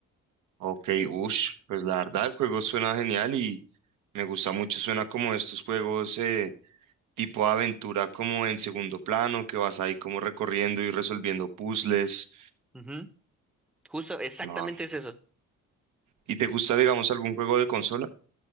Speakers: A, on the right (about 80°); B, in the centre.
A: Ok, ush, pues la verdad el juego suena genial y me gusta mucho, suena como estos juegos eh, tipo aventura como en segundo plano, que vas ahí como recorriendo y resolviendo puzzles.
B: Ujú. Justo, exactamente
A: No.
B: es eso.
A: ¿Y te gusta, digamos, algún juego de consola?